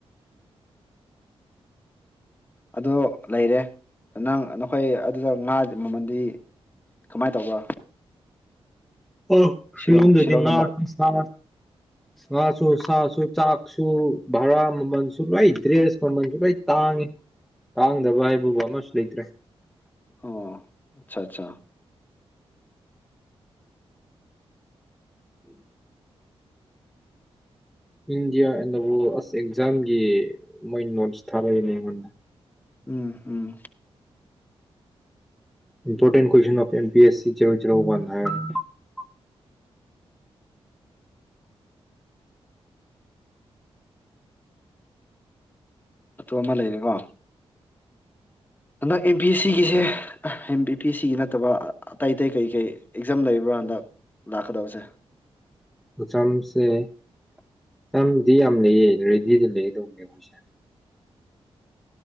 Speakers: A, on the left (about 20°); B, in the centre.
A: ꯑꯗꫭ ꯂꯩꯔꯦ ꯅꯪ ꯅꯈꯣꯏ ꯑꯗꯨꯗ ꯉꯥ ꯃꯃꯟꯗꯤ ꯀꯃꯥꯏ ꯇꯧꯕ꯫
B: ꯑ
A: ꯁꯤꯂꯣꯡ
B: ꯁꯤꯂꯣꯡꯗꯗꯤ
A: ꯁꯤꯂꯣꯡꯗꯝꯕ
B: ꯉꯥ ꯁꯥ ꯉꯥꯁꯨ ꯁꯥꯁꯨ ꯆꯥꯛꯁꯨ ꯚꯔꯥ ꯃꯃꯜꯁꯨ ꯂꯣꯏ ꯗ꯭ꯔꯦꯁ ꯃꯃꯜꯁꯨ ꯂꯣꯏ ꯇꯥꯡꯉꯤ ꯇꯥꯡꯗꯕ ꯍꯥꯏꯕꯕꯨ ꯑꯃꯁꯨ ꯂꯩꯇ꯭ꯔꯦ꯫
A: ꯑꯣ ꯑꯆꯥ ꯆꯥ
B: <unintelligible> ꯏꯤꯟꯗꯤꯌꯥ ꯑꯦꯟꯗ ꯗ ꯋꫭꯔꯜꯗ ꯑꯁ ꯑꯦꯛꯖꯥꯝꯒꯤ ꯃꯣꯏ ꯅꯣꯠꯁ ꯊꯥꯔꯛꯏꯅꯦ ꯑꯩꯉꯣꯟꯗ꯫
A: ꯎꯝ-ꯎꯝ
B: ꯏꯝꯄꯣꯔꯦꯟ ꯀꯟ ꯑꯣꯐ ꯄꯑꯦꯁ <unintelligible>
A: ꯑꯇꯣꯞꯄ ꯑꯃ ꯂꯩꯔꯤꯀꯣ ꯍꯟꯗꯛ ꯑꯦꯝ ꯄꯤ ꯑꯦꯁ ꯁꯤꯒꯤꯁꯦ ꯄꯤ ꯑꯦꯁ ꯁꯤꯒꯤ ꯅꯠꯇꯕ ꯑꯇꯩ ꯑꯇꯩ ꯀꯩꯀꯩ ꯑꯦꯛꯖꯥꯝ ꯂꯩꯕ꯭ꯔꯥ ꯍꯟꯗꯛ ꯂꯥꯛꯀꯗꯕꯁꯦ
B: ꯃꯆꯝꯁꯦꯗꯤ ꯌꯥꯝ ꯂꯩꯌꯦ ꯔꯦꯗꯤꯗ ꯂꯩꯗꯧꯕꯅꯦ ꯑꯩꯈꯣꯏꯁꯦ